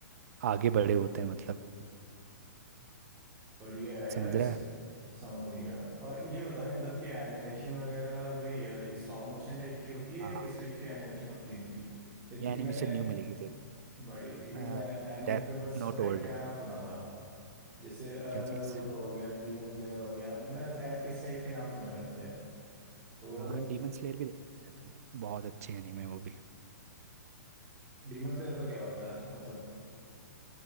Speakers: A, on the right; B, on the right.
A: आगे बड़े होते हैं मतलब
B: बढ़िया है
A: समझ
B: यार इस
A: रहा है
B: समझ गया और ये बताओ इन सब की एनिमेशन वगैरह वही है एक स्टॉप मोशन टाइप की होती है
A: हाँ
B: या किस टाइप की एनिमेशन होती है इनकी लाइक
A: ये
B: क्योंकि
A: एनिमेशन
B: मैंने
A: न्यू मिलेगी तेरे
B: बढ़िया क्योंकि
A: को
B: मैंने एनिमे
A: डेथ
B: पे बस
A: नोट
B: पता
A: ओल्ड
B: है क्या
A: है
B: नाम सुना था जैसे
A: क्या चीज़
B: नरूटो
A: है
B: हो गया डीमन स्लेयर हो गया मैंने बस ए- इस टाइप के नाम सुने हुए होते हैं तो वो
A: हाँ
B: लाइक
A: हाँ डीमन स्लेयर भी देख सकते हैं तो बहुत अच्छी एनीमे है वो भी
B: डीमन स्लेयर पे क्या होता है मतलब